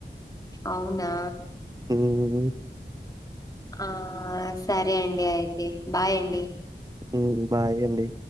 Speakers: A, on the left (about 20°); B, on the right (about 20°).
A: ఔనా?
B: ఉమ్మ్
A: ఆ సరే అండి అయితే బాయ్ అండి
B: ఉమ్ బాయ్ అండి